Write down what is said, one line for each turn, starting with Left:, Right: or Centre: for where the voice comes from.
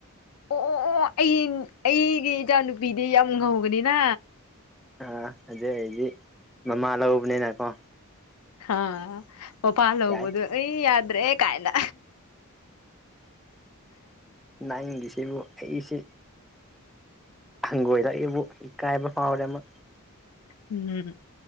Left: ꯑꯣ ꯑꯣ ꯑꯣ ꯑꯩ ꯑꯩꯒꯤ ꯏꯆꯥ ꯅꯨꯨꯄꯤꯗꯤ ꯌꯥꯝ ꯉꯧꯒꯅꯤꯅ
Centre: ꯑꯥ ꯑꯗꯨꯩ ꯑꯩꯗꯤ ꯃꯃꯥ ꯂꯧꯕꯅꯤꯅꯀꯣ
Left: ꯍꯥ ꯃꯄꯥ ꯂꯧꯕꯗꯣ
Centre: ꯌꯥꯏ
Left: ꯑꯩ ꯌꯥꯗ꯭ꯔꯦ ꯀꯥꯏꯅ
Centre: ꯅ ꯏꯗꯤꯁꯕꯨ ꯑꯩꯁꯦ ꯍꯪꯒꯣꯏꯗ ꯑꯩꯕꯨ ꯏꯀꯥꯏꯕ ꯐꯥꯎꯔꯦ ꯑꯃ
Left: ꯎꯝ